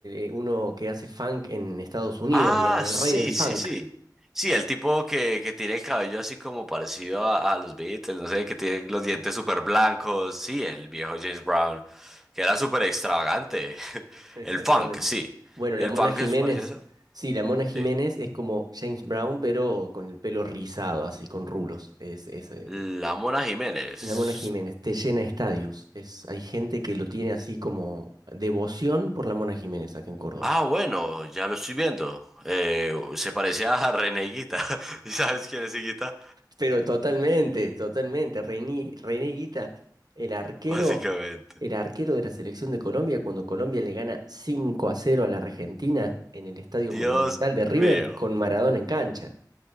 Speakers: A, on the right; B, in the centre.
A: eh, eh, uno que hace funk en Estados Unidos,
B: Ah,
A: digamos, el
B: sí,
A: rey del funk.
B: sí, sí. Sí, el tipo que, que tiene el cabello así como parecido a, a los Beatles, no sé, que tiene los dientes súper blancos. Sí, el viejo James Brown, que era súper extravagante. <laughs>
A: Exactamente.
B: El funk, sí.
A: Bueno,
B: ¿El
A: la Mona
B: funk
A: Jiménez,
B: es parecido a eso?
A: sí, la Mona Jiménez
B: Sí.
A: es como James Brown, pero con el pelo rizado, así, con rulos. Es, es, eh,
B: La Mona Jiménez.
A: la Mona Jiménez te llena estadios. Es, hay gente que lo tiene así como devoción por la Mona Jiménez acá en Córdoba.
B: Ah, bueno, ya lo estoy viendo. Eh, se parecía a René Higuita. <laughs> ¿Y sabes quién es Higuita?
A: Pero totalmente, totalmente. Reini- René Guita, el arquero,
B: Básicamente.
A: el arquero de la selección de Colombia, cuando Colombia le gana 5 a cero a la Argentina en el Estadio
B: Dios
A: Monumental de River
B: mío.
A: con Maradona en cancha.